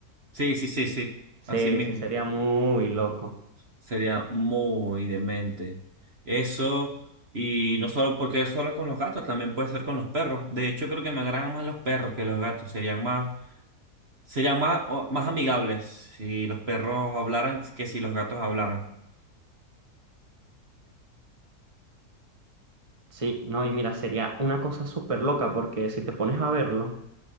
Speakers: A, on the right; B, on the right.
A: Sí, sí, sí, sí.
B: sí,
A: Así mismo.
B: sí, sería muy loco.
A: Sería muy demente. Eso, y no solo porque es solo con los gatos, también puede ser con los perros. De hecho, creo que me agradan más los perros que los gatos. Serían más, serían más, o- más amigables si los perros hablaran que si los gatos hablaran.
B: Sí, no, y mira, sería una cosa súper loca porque si te pones a verlo,